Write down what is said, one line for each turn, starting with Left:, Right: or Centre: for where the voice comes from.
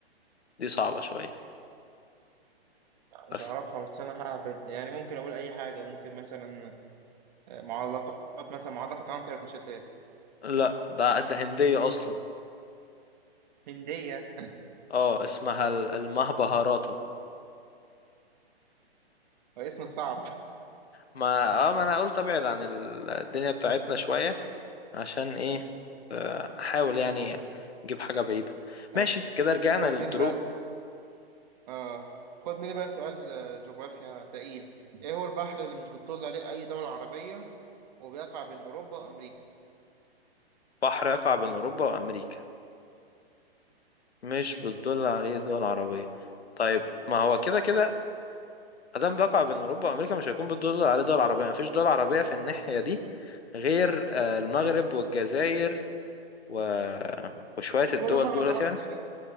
Left: دي صعبه شويه
Right: آه،
Left: بس
Right: مش هعرفها بس أنا هعبد يعني ممكن أقول أي حاجة ممكن مثلا آه، معلقات مثلا معلقة عنتر بن شداد
Left: لا ده ده هندية أصلا
Right: هندية
Left: اه اسمها ال- المهبهاراتا
Right: آه، اسم صعب
Left: ما اه ما أنا قلت أبعد عن ال- الدنيا بتاعتنا شوية عشان إيه آه، أحاول يعني أجيب حاجة بعيدة
Right: طب
Left: ماشي كده رجعنا
Right: خد
Left: للدرو
Right: مني بقى آه خد مني بقى سؤال آه، جغرافيا تقيل إيه هو البحر اللي مش بتطل عليه أي دولة عربية وبيقع بين أوروبا وأمريكا
Left: بحر يقع بين أوروبا وأمريكا مش بتدل عليه دول عربية طيب ما هو كده كده أدام بيقع بين أوروبا وأمريكا مش هيكون بتدل عليه دول عربية مفيش دول عربية في الناحية دي غير آه،
Right: بالظبط
Left: المغرب والجزائر و... وشوية الدول
Right: دول المغرب
Left: دولت
Right: العربي
Left: يعني
Right: تقريبا